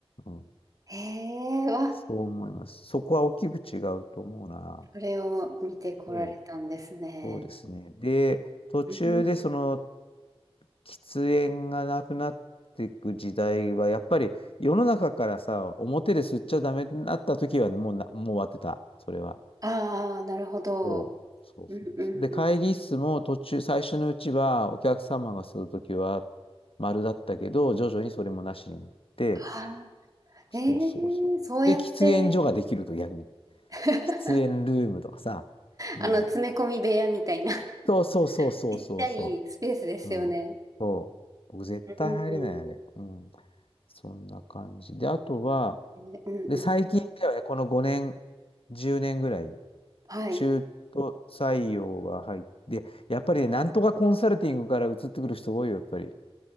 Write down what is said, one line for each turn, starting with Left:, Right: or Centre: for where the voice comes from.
Left: うん。
Right: へえ、わ。
Left: そう思います。そこは大きく違うと思うな。
Right: それを見てこられたんですね。
Left: そう。そうですね。で、途中でその
Right: うん、
Left: 喫煙がなくなっていく時代は、やっぱり世の中からさ、表で吸っちゃダメになった時はもうな、もう終わってた、それは。
Right: ああ、なるほど。
Left: そう、そうそうそう。
Right: うんうんうん。
Left: で、会議室も途中、最初のうちはお客様が吸う時は丸だったけど、徐々にそれもなしになって、
Right: ああ、
Left: そうそうそう。
Right: ええそうやって
Left: で、喫煙所ができると逆に。
Right: <laughs>
Left: 喫煙ルームとかさ。うん。
Right: あの、詰め込み部屋みたいな <laughs>
Left: そうそうそうそうそうそ
Right: ちっちゃいスペースですよね。
Left: う。うん。そう。僕絶対入れない、
Right: うんうん。
Left: あれ。うん。そんな感じ。で、あとは、
Right: うんうん。
Left: で、最近ではね、この5年、10年ぐらい、
Right: はい。
Left: 中途採用が入って、やっぱりね、なんとかコンサルティングから移ってくる人多いよ、やっぱり。